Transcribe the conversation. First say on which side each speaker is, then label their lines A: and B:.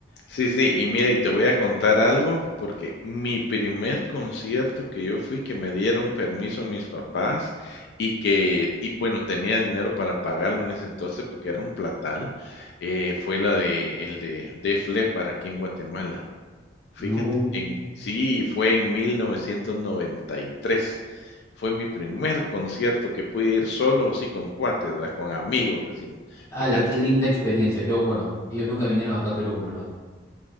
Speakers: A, on the left; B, on the left.
A: Sí, sí, y mira, y te voy a contar algo, porque mi primer concierto que yo fui, que me dieron permiso mis papás y que, y bueno, tenía dinero para pagarlo en ese entonces porque era un platal, eh, fue la de, el de Def Leppard aquí en Guatemala. Fíjate,
B: No.
A: en, sí, fue en 1993. Fue mi primer concierto que pude ir solo, así con cuates, ¿verdad? Con amigos, decimos.
B: la
A: Fíjate.
B: qué linda experiencia. Yo, bueno, ellos nunca vinieron acá a Perú, en ¿verdad?